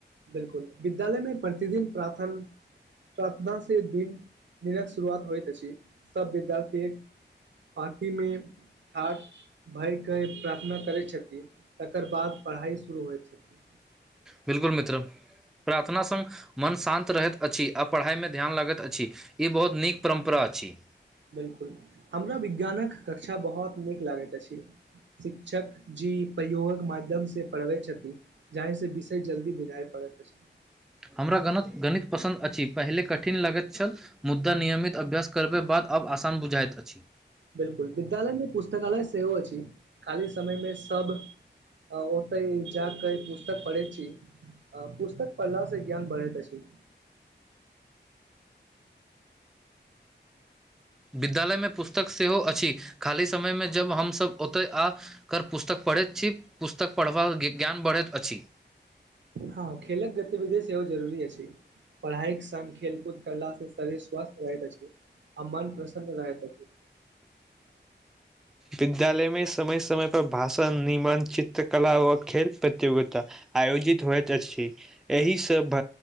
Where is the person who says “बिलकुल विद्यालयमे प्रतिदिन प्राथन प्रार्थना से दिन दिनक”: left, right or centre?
Right